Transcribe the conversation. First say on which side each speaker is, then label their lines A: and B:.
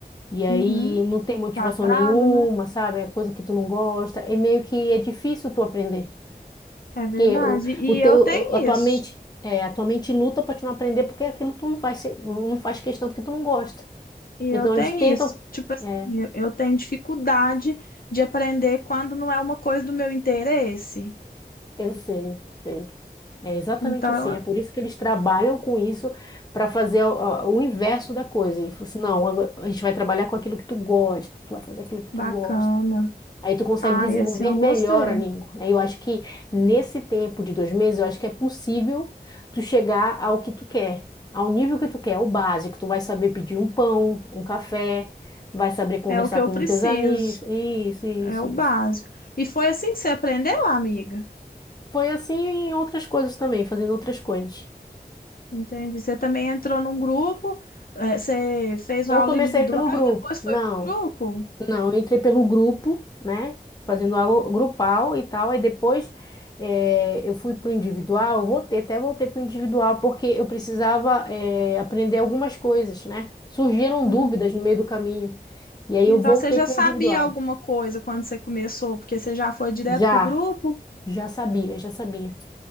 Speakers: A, on the left; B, on the left.
A: E aí
B: Uhum.
A: não tem motivação
B: Quadrado,
A: nenhuma,
B: né?
A: sabe? É coisa que tu não gosta. É meio que é difícil tu aprender.
B: É verdade.
A: Porque o,
B: E
A: o teu,
B: eu tenho
A: a tua
B: isso.
A: mente, é, a tua mente luta para tu não aprender porque aquilo tu não faz, se- não faz questão porque tu não gosta.
B: E eu
A: Então
B: tenho
A: eles tentam.
B: isso. Tipo assim,
A: É,
B: eu eu tenho dificuldade de aprender quando não é uma coisa do meu interesse.
A: eu sei, sei. É exatamente
B: Então,
A: assim. É por isso que eles trabalham com isso para fazer o, a- o inverso da coisa. Ele falou assim: não, agora a gente vai trabalhar com aquilo que tu gosta, tu vai fazer aquilo que
B: bacana.
A: tu gosta. Aí tu consegue
B: Ai,
A: desenvolver
B: assim eu
A: melhor
B: gostei.
A: a língua. Aí eu acho que nesse tempo de dois meses, eu acho que é possível tu chegar ao que tu quer, ao nível que tu quer, o básico. Tu vai saber pedir um pão, um café, vai saber conversar
B: É o que eu
A: com
B: preciso.
A: teus amigos. Isso, isso,
B: É o básico.
A: isso.
B: E foi assim que você aprendeu, amiga.
A: Foi assim em outras coisas também, fazendo outras coisas.
B: Entende? Você também entrou num grupo, eh, você fez
A: Eu
B: uma aula
A: comecei
B: individual
A: pelo grupo.
B: e depois foi
A: Não.
B: pro grupo.
A: Não, eu entrei pelo grupo, né? Fazendo algo grupal e tal. Aí depois eh, eu fui para o individual, eu voltei, até voltei para o individual, porque eu precisava eh, aprender algumas coisas, né? Surgiram
B: Hum.
A: dúvidas no meio do caminho. E aí
B: Então
A: eu voltei
B: você já
A: para
B: sabia
A: o individual.
B: alguma coisa quando você começou, porque você já foi direto
A: Já,
B: pro grupo?
A: já sabia, já sabia.